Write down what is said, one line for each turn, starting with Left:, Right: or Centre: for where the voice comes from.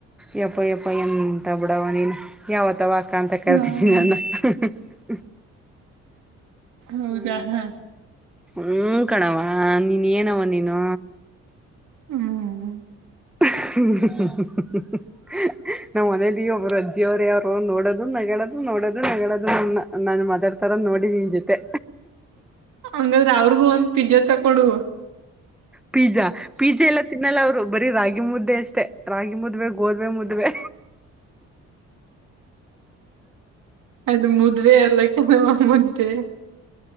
Centre: ಯಪ್ಪ ಯಪ್ಪ ಎಂತ ಬಡಾವ ನೀನು ಯಾವತ್ತವಾ <unintelligible> <unintelligible> ಯತು ಕಲ್ತಿದಿ
Right: ಹ್ಮ
Centre: <unintelligible>
Right: ಹೌದಾ
Centre: ಹ್ಮ
Right: ಹಾ
Centre: ಹ್ಮ ಕಣಾವ ನೀ ಏನವ ನೀನು
Right: ಹ್ಮ್
Centre: <unintelligible> ನಮ್ ಮನೇಲಿ ಒಬ್ಬರು ಅಜ್ಜಿಯ ಅವರು ಯಾರು ನೋಡೋದು ನ <unintelligible> <unintelligible> ನಗಳೋದು ನೋಡೋದು ನೆಗಳೋದು ನನ್ನ ನಾನು ಮದರ ಥರ ನೋಡಿ ನೀನ್ ಜೊತೆ
Right: ಹಂಗಾದ್ರೆ ಅವ್ರಿಗೂ ಒಂದ್ ಪಿಜ್ಜಾ ತಕೊಡುವ
Centre: ಪೀಜಾ ಪಿಜ್ಜ ಎಲ್ಲ ತಿನ್ನಲ್ಲ ಅವ್ರು ಬರಿ ರಾಗಿ ಮುದ್ದೆ ಅಷ್ಟೇ ರಾಗಿ ಮುದ್ವೆ ಗೋದ್ವೆೆ ಮುದ್ವೆ
Right: ಅದು ಮುದುವ ಎಲ್ಲ ಮುದ್ದೆ